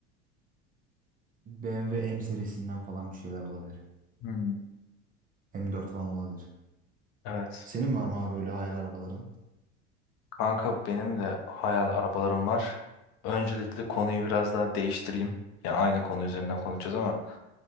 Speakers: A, on the right (about 25°); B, on the left (about 50°).
A: BMW M W M serisinden falan bir şeyler olabilir.
B: Hı.
A: M4 falan olabilir.
B: Evet.
A: Senin var mı abi böyle hayal arabaların?
B: Kanka benim de hayal arabalarım var. Öncelikle konuyu biraz daha değiştireyim. Ya aynı konu üzerinden konuşacağız ama